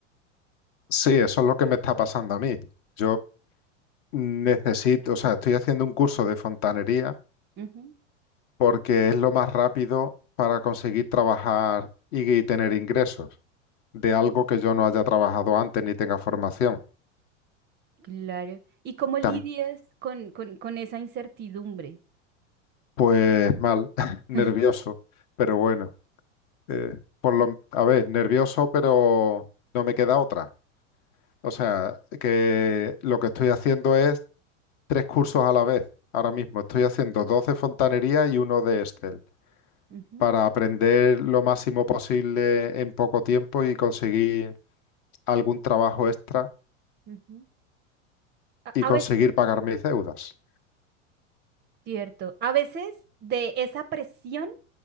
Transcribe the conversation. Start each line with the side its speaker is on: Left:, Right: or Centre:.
Left: sí, eso es lo que me está pasando a mí. Yo Necesito, o sea, estoy haciendo un curso de fontanería
Right: Ujú,
Left: porque es lo más rápido para conseguir trabajar y tener ingresos de algo que yo no haya trabajado antes ni tenga formación.
Right: claro. ¿Y cómo lidias
Left: Tam-
Right: con, con, con esa incertidumbre?
Left: pues mal, <laughs> nervioso,
Right: <laughs>
Left: pero bueno, eh, por lo, a ver, nervioso, pero no me queda otra. O sea, que lo que estoy haciendo es tres cursos a la vez. Ahora mismo estoy haciendo dos de fontanería y uno de Excel.
Right: Ujú,
Left: para aprender lo máximo posible en poco tiempo y conseguir algún trabajo extra
Right: ujú. A,
Left: y
Right: a
Left: conseguir
Right: veces.
Left: pagar mis deudas.
Right: Cierto. A veces de esa presión